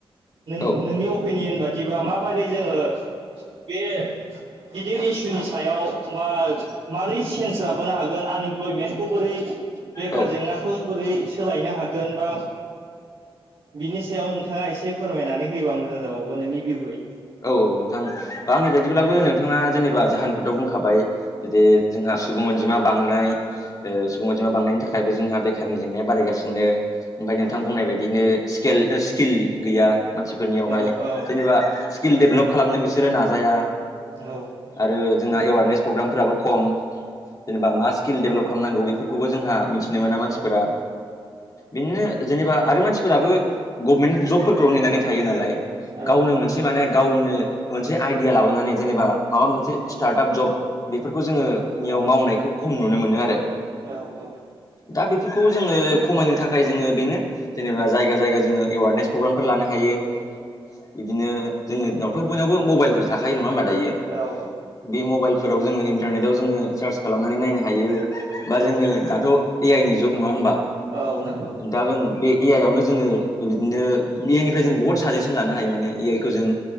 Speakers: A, on the right; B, on the left.
A: नोंनि
B: औ
A: अपिनियन बादि बिदिबा माबायदि जोङो बे गिदिर इसुनि सायाव बा मारै चेन्ज लाबोनो हागोन आनइमप्लयमेन्टखौ बोरै। बेखार
B: औ
A: जेंनाखौ बोरै सोलायनो हागोन बा बिनि सायाव नोंथाङा एसे फोरमायनानै होयोबा मोजां जाबावगोन नोंनि भीउयै।
B: औ औ नोंथां आंनि बदिब्लाबो नोंथाङा जेनेबा जाहोन खोथाव बुंखाबाय। जे जोंहा सुबुं अनजिमा बांनाय ओ सुबुं अनजिमा बांनायनि थाखायबो जोंहा बेखारनि जेंनाया बारायगासिनो। ओमफ्राय नोंथां
A: औ
B: बुंनाय
A: औ
B: बायदिनो स्किल गैया मानसि फोरनियावहाय
A: औ औ
B: जेनेबा स्किल डेभेलप खालामनो बिसोरो नाजाया
A: औ
B: आरो जोंहा एवारनेस प्रग्रामफोराबो खम जेनेबा मा स्किल डेभेलप खालामनांगौ बेफोरखौबो जोंहा मिथि नो मोना मानसिफोरा।
A: औ
B: बिदिनो जेनेबा आरो मानसिफोराबो गभनमेन्ट जबफोरखौ नेनानै थायो नालाय।
A: औ
B: गावनो
A: औ
B: मोनसे माने गावनो मोनसे आइदिया लाबोनानै जेनेबा माबा मोनसे स्टार्टआप जब बेफोरखौ जोङोनियाव मावनायखौ खम नुनो मोनो आरो।
A: औ औ
B: दा बेफोरखौ जोङो खमायनो थाखाय जोङो बेनो जेनेबा जायगा जायगा जोङो। एवारनेस प्रग्रामफोर लानो हायो बिदिनो। जोंनि दिनावथ' बयनावबो मबाइलफोर थाखायो नङा होनोमबा दायो
A: औ औ
B: बे मबाइल फोराव जोङो इन्टारनेटाव जोङो सार्च खालामनानै नायनो हायो। बा
A: औ
B: जोङो दाथ' ए आइ नि जुब नङा होमबा
A: औ नंगौ
B: दा जों बे ए आइ आवनो जोङो बिदिनो ए आइ निफ्राय जों बहुत साजेसन लानो हायो माने ए आइ खौ जों